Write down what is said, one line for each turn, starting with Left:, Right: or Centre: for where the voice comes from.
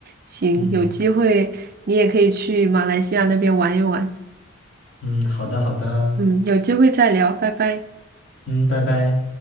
Right: 行，
Left: 嗯
Right: 有机会你也可以去马来西亚那边玩一玩。
Left: 嗯，好的好的，
Right: 嗯，有机会再聊，拜拜。
Left: 嗯，拜拜。